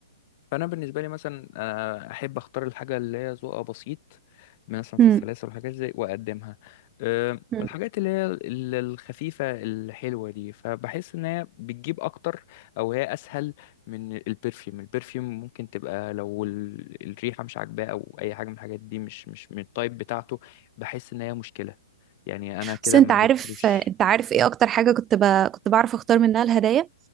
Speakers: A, on the left; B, on the right.
A: فانا بالنسبه لي مثلا آه، احب اختار الحاجه اللي هي ذوقها بسيط مثلا في
B: مم.
A: السلاسل والحاجات زي واقدمها أه،
B: مم.
A: والحاجات اللي هي ال- الخفيفه الحلوه دي فبحس ان هي بتجيب اكتر او هي اسهل من البرفيوم البرفيوم ممكن تبقى لو ال- الريحه مش عاجباه او اي حاجه من الحاجات دي مش مش من التايب بتاعته بحس ان هي مشكله يعني انا كده
B: بس انت
A: ما
B: عارف
A: جبتلوش
B: آه، انت عارف ايه اكتر حاجة كنت ب... كنت بعرف اختار منها الهدايا